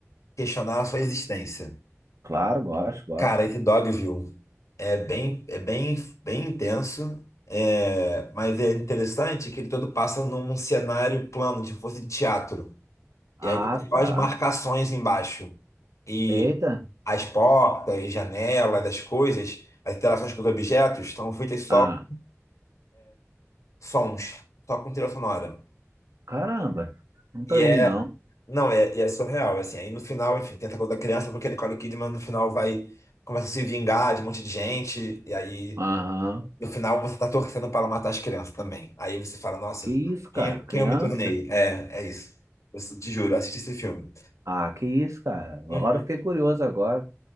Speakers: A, on the left; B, on the right.
A: questionar a sua existência.
B: Claro, gosto, gosto.
A: Cara, esse Dogville é bem, é bem, bem intenso, é, mas é interessante que ele todo passa num cenário plano, de fosse teatro.
B: Ah,
A: E aí tem só
B: tá.
A: as marcações embaixo. E
B: Eita.
A: as portas, janelas, as coisas, as interações com os objetos estão feitas só
B: Ah,
A: com sons, só com trilha sonora.
B: caramba. Nunca
A: E
B: vi,
A: é,
B: não.
A: não, é, e é surreal, assim. Aí no final, enfim, tem essa coisa da criança, porque a Nicole Kidman no final vai, começa a se vingar de um monte de gente, e aí.
B: Aham.
A: No final, você tá torcendo para matar as crianças também. Aí você fala, nossa,
B: Que isso, cara?
A: quem,
B: Criança?
A: quem eu me tornei? É, é isso. Eu te juro, assisti esse filme.
B: Ah, que isso, cara? Agora
A: Uhum.
B: eu fiquei curioso agora.